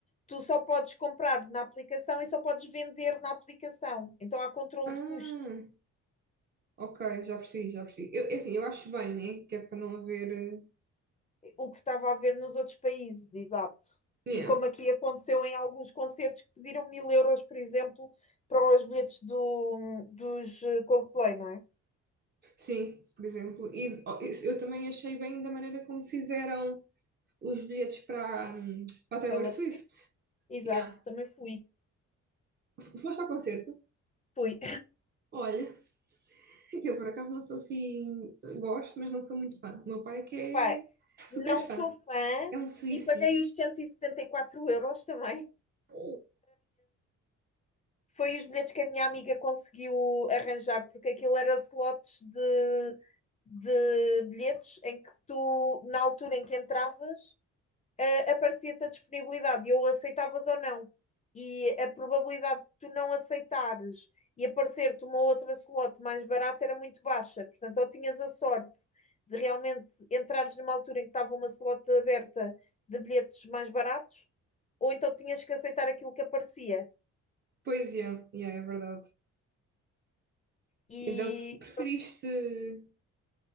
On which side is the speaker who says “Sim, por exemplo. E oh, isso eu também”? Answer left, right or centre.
Right